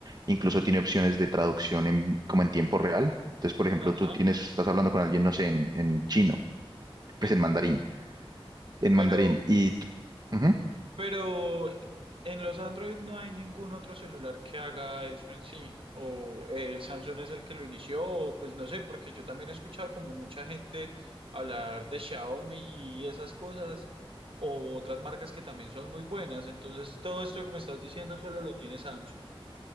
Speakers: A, on the right; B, on the right.
A: incluso tiene opciones de traducción en, como en tiempo real. Entonces, por ejemplo,
B: ajá.
A: tú tienes, estás hablando con alguien, no sé, en, en chino, pues
B: En-
A: en mandarín, en
B: pero,
A: mandarín, y t- ujú.
B: Pero en los Android no hay ningún otro celular que haga eso en sí. O eh, Samsung es el que lo inició, o pues no sé, porque yo también he escuchado como mucha gente hablar de Xiaomi y esas cosas, o otras marcas que también son muy buenas. Entonces, todo esto que me estás diciendo solo lo tiene Samsung.